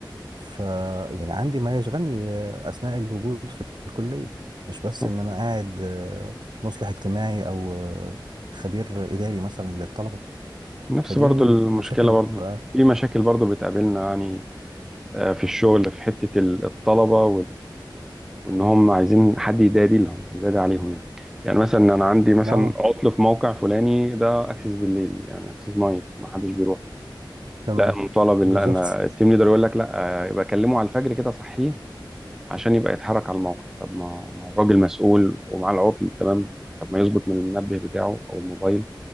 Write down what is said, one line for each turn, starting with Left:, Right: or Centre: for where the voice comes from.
Right: ف يعني عندي ما يشغلني آه، اثناء الوجود في الكليه مش بس
Centre: مم.
Right: ان انا قاعد آه، مصلح اجتماعي او آه، خبير اداري مثلا للطلبه
Centre: نفس
Right: فدي
Centre: برضو
Right: من
Centre: المشكلة
Right: المشاكل اللي
Centre: برضو
Right: بتبقى
Centre: في مشاكل برضو بتقابلنا يعني آه، في الشغل في حتة ال- الطلبة وان هم عايزين حد يدادي لهم يدادي عليهم يعني يعني مثلا انا عندي مثلا
Right: اه
Centre: عطل في موقع فلاني ده اكسس بالليل يعني اكسس نايت ما حدش بيروح
Right: تمام
Centre: لا مطالب ان
Right: بالظبط
Centre: انا التيم ليدر يقول لك لا يبقى كلمه على الفجر كده صحيه عشان يبقى يتحرك على الموقع طب ما ما هو راجل مسؤول ومعاه العطل تمام طب ما يظبط من المنبه بتاعه او الموبايل